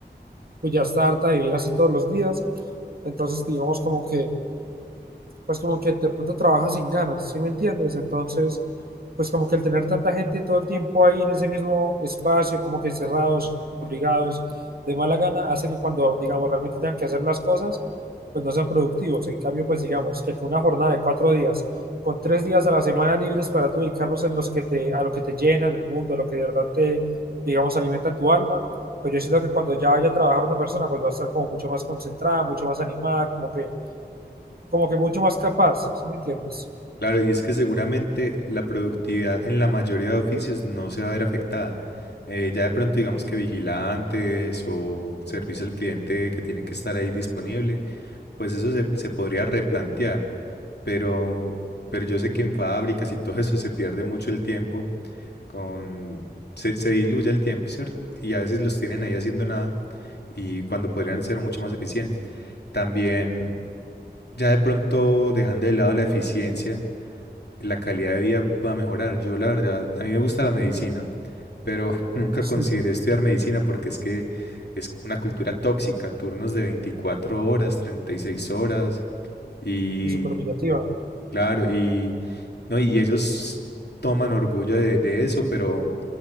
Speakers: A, on the right (about 60°); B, on the left (about 70°).
A: pues ya está harta de vivir así todos los días, entonces digamos como que pues como que de pronto trabajas sin ganas, ¿sí me entiendes? Entonces, pues como que el tener tanta gente todo el tiempo ahí en ese mismo espacio, como que encerrados, obligados, de mala gana, hace que cuando, digamos, realmente tengan que hacer las cosas, pues no sean productivos. En cambio, pues digamos que con una jornada de cuatro días, con tres días a la semana libres para tú dedicarlos en los que te, a lo que te llenan el mundo, a lo que de verdad te, digamos, alimenta tu alma, pues yo siento que cuando ya vaya a trabajar una persona, pues va a estar como mucho más concentrada, mucho más animada, como que como que mucho más capaz, ¿sí me entiendes?
B: Claro, y es que seguramente la productividad en la mayoría de oficios no se va a ver afectada. Eh, ya de pronto digamos que vigilantes o servicio al cliente que tiene que estar ahí disponible, pues eso se, se podría replantear, pero, pero yo sé que en fábricas y todo eso se pierde mucho el tiempo, con, se, se diluye el tiempo, ¿cierto? Y a veces los tienen ahí haciendo nada y cuando podrían ser mucho más eficientes. También ya de pronto dejando de lado la eficiencia la calidad de vida va a mejorar. Yo, la verdad, a mí me gusta la medicina, pero <laughs> nunca
A: Sí,
B: consideré estudiar medicina porque es que es una cultura tóxica, turnos de 24 horas, 36 horas, y
A: y súper humillativa.
B: claro, y, no, y ellos toman orgullo de, de eso, pero,